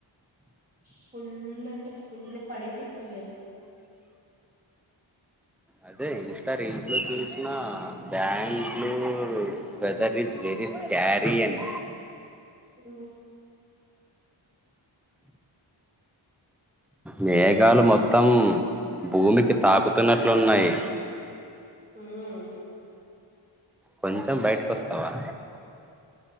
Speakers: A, on the right (about 20°); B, in the centre.
A: ఫుల్ అంటే ఫుల్లు పడింది ఇప్పుడు లేదు
B: అదే ఇన్స్టా రీల్స్ లో చూసిన బ్యాంట్లు వెదర్ ఇస్ వెరీ క్యారియన్
A: ఉ
B: మేఘాలు మొత్తం భూమికి తాకుతున్నట్లున్నయి
A: ఉమ్
B: కొంచెం బయటకి వస్తవా